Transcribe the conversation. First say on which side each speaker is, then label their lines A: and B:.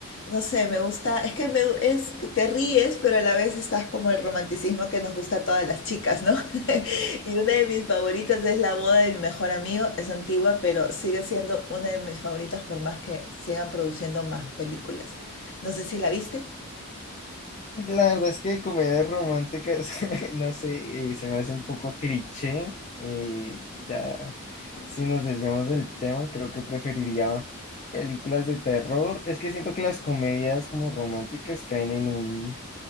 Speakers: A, on the left (about 60°); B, on the left (about 30°).
A: No sé, me gusta, es que me, es que te ríes, pero a la vez estás como el romanticismo que nos gusta a todas las chicas, ¿no? <laughs> Y una de mis favoritas es La boda de mi mejor amigo. Es antigua, pero sigue siendo una de mis favoritas por más que sigan produciendo más películas. No sé si la viste.
B: La verdad es que comedias románticas, <laughs> no sé, eh, se me hace un poco cliché. eh, ya, si nos desviamos del tema, creo que preferiría películas de terror. Es que siento que las comedias como románticas caen en un,